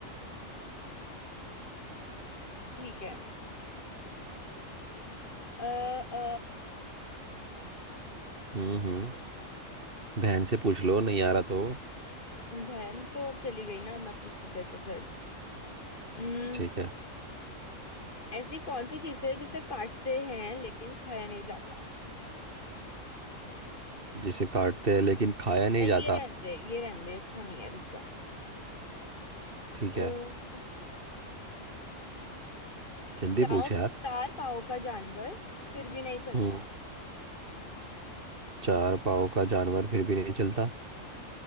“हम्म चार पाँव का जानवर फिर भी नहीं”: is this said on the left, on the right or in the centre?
Right